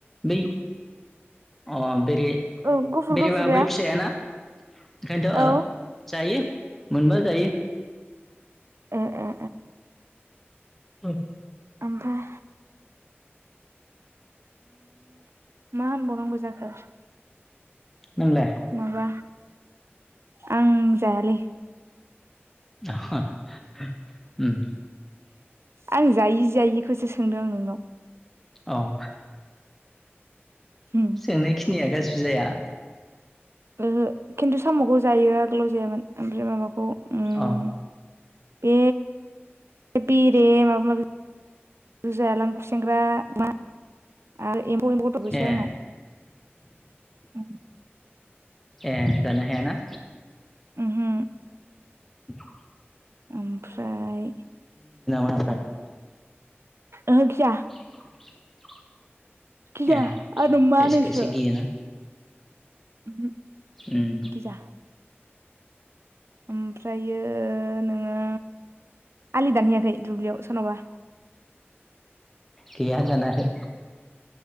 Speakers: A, in the centre; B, on the right (about 80°).
A: बै अ बेरे
B: औ गुफुर
A: बेरेबा
B: गुफुरा
A: बै फिसायाना ओंखायनोथ' ओ
B: औ
A: जायो मोनबा जायो
B: ओ ओ
A: औ
B: ओफ्राय मा होनबावनांगौ जाखो
A: नोंलाय
B: माबा आं जायालै
A: <inaudible>
B: आं जायि जायिखौसो सोंदों आं नोंनाव
A: औ
B: उम
A: सोंनाय खिनिया गाज्रिबो जाया
B: ओहो खिन्थु साम'खौ जायो आगोलाव जायामोन ओमफ्राय माबाखौ उम
A: औ
B: बे बेरे माबा माबिखौ जायालां खुसेंग्रा मा आरो एम्फौ एमफौ
A: ए
B: आंनाव
A: ए जानो हायाना
B: उमहो
A: <inaudible>
B: ओमफ्राय
A: <inaudible>
B: ओहो गिया
A: <inaudible>
B: गिया
A: ए
B: आरो मा
A: खायसे
B: होनो
A: खायसे
B: बिखौ
A: गियोना
B: <inaudible>
A: उम
B: खिजा ओमफ्रायो नोङो आलि दानहैयाखै दुब्लियाव सोरनावबा
A: गैया दानाखै